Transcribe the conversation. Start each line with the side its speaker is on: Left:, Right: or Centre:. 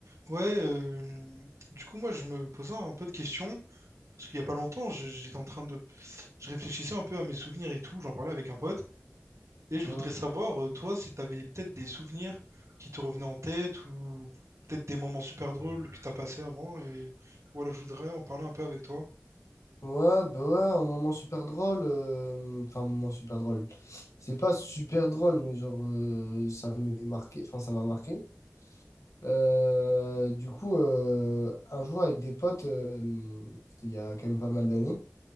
Right: Ouais, euh, du coup, moi, je me posais un peu de questions, parce qu'il y a pas longtemps, je- j'étais en train de... Je réfléchissais un peu à mes souvenirs et tout, j'en parlais avec un pote, et je
Left: Mhm.
Right: voudrais savoir, euh, toi, si t'avais peut-être des souvenirs qui te revenaient en tête, ou peut-être des moments super drôles que t'as passés avant, et voilà, je voudrais en parler un peu avec toi.
Left: Ouais, bah ouais, un moment super drôle. euh, Enfin, un moment super drôle. C'est pas super drôle, mais genre, euh, ça m'est marqué. Enfin, ça m'a marqué. Euh, du coup, euh, un jour, avec des potes, euh, c'était il y a quand même pas mal d'années,